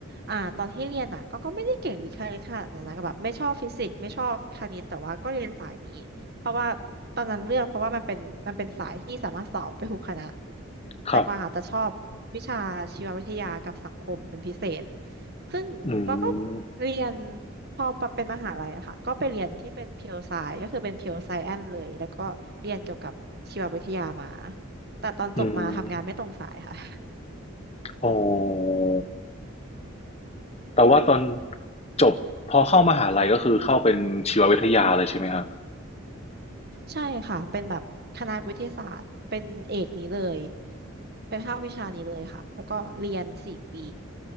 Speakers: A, on the right (about 45°); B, on the left (about 30°).
A: อ่าตอนที่เรียนอ่ะก็ก็ไม่ได้เก่งวิทย์คณิตค่ะนันนะก็แบบไม่ชอบฟิสิกส์ไม่ชอบคณิตแต่ว่าก็เรียนสายนี้ เพราะว่าตอนนั้นเลือกเพราะว่ามันเป็นมันเป็นสายที่สามารถสอบไปทุกคณะแต่กวางอาจจะชอบวิชาชีววิทยากับสังคมเป็นพิเศษ
B: ครับ
A: ซึ่งกวางก็
B: อืม
A: เรียนพอเป็นมหาลัยอะค่ะก็ไปเรียนที่เป็นเพียวไซก็คือเป็นเพียวไซแอนเลยแล้วก็เรียนเกี่ยวกับชีววิทยามาแต่ตอนจบมาทำงานไม่ตรงสายค่ะ
B: อืม
A: <laughs>
B: โอ้ แต่ว่าตอนจบพอเข้ามหาลัยก็คือเข้าเป็นชีววิทยาเลยใช่ไหมฮะ
A: ใช่ค่ะเป็นแบบคณะวิทยาศาสตร์เป็นเอกนี้เลยเป็นภาควิชานี้เลยค่ะแล้วก็เรียนสี่ปี